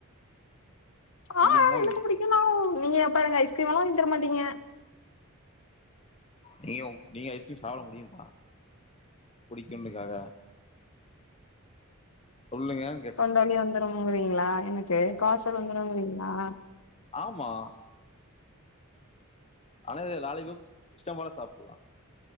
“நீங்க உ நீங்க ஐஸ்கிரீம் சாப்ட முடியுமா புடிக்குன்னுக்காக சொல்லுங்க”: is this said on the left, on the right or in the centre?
Left